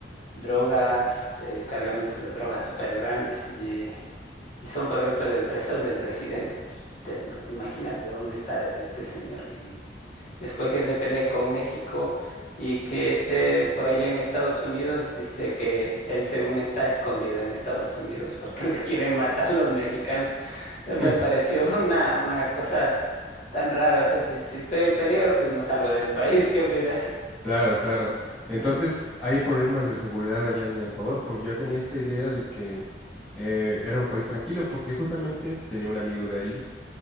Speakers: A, on the left (about 45°); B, in the centre.
A: drogas, eh, cargamentos de drogas súper grandes y. Y son, por ejemplo, de empresas del presidente. Pues, te, ima- te imaginas de dónde está este señor. Y después que se pelee con México y que esté por allá en Estados Unidos, dice que él, según está escondido en Estados Unidos porque <laughs> le quieren matar los mexicanos. Eh, Me
B: <laughs>
A: pareció <laughs> una, una cosa tan rara. O sea, si, si estoy en peligro, pues no salgo del país. <laughs> ¿Qué opinas?
B: Claro, claro. Entonces,
A: Eh,
B: ¿hay problemas de seguridad allá en Ecuador? Porque yo tenía esta idea de que eh, era un país tranquilo, porque justamente tenía un amigo de ahí